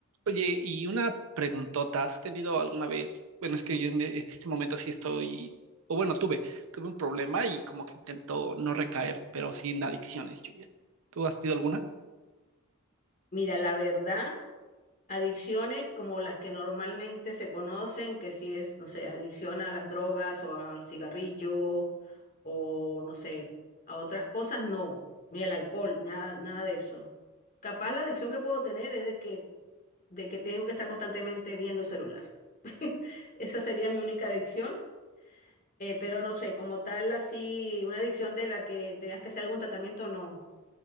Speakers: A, on the right; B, on the left.
A: Oye, y una preguntota, ¿has tenido alguna vez? Bueno, es que yo en, en este momento sí estoy, o bueno, tuve, tuve un problema y como que intento no recaer, pero sin adicciones, Julián. ¿Tú has tenido alguna?
B: Mira, la verdad, adicciones como las que normalmente se conocen, que si es, no sé, adicción a las drogas o al cigarrillo o no sé, a otras cosas, no, ni el alcohol, nada, nada de eso. Capaz la adicción que puedo tener es de que, de que tengo que estar constantemente viendo el celular. <laughs> Esa sería mi única adicción, eh, pero no sé, como tal, así, una adicción de la que tengas que hacer algún tratamiento, no.